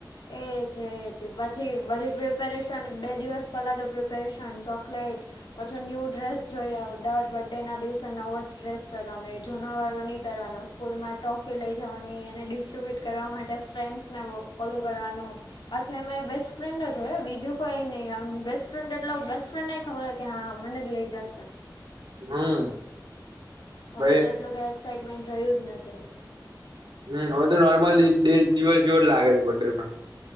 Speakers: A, on the left; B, on the right.
A: એજ એજ પછી બધી પ્રિપેરેશન બે દિવસ પેલા તો પ્રિપેરેશન ચોકલેટ. પછી ન્યુ ડ્રેસ જોઈ આવે દર બર્થ ડે ના દિવસે નવો જ ડ્રેસ પહેરવાનો એ જૂનો વાળ ન પહેરવાનો સ્કૂલ માં ટોફ તે લઈ જવાની એને ડિસ્ટ્રીબ્યુટ કરવા માટે ફ્રેન્ડ્સને ફોલું કરવાનું. અચ્છા એમાં એ બેસ્ટ ફ્રેન્ડ જ હોય બીજું કોઈ નહી આમ બેસ્ટ ફ્રેન્ડ એટલે બેસ્ટ ફ્રેન્ડ ખબર કે હા મને જ લઇ જશે.
B: હમ.
A: હવે
B: ભાઈ
A: તો એટલું કઈ એક્સાાઈટમેન્ટ રહ્યું જ નથી.
B: હમ હવે તો નોર્મલ બે દિવસ જો જ લાગે છે બર ડે માં.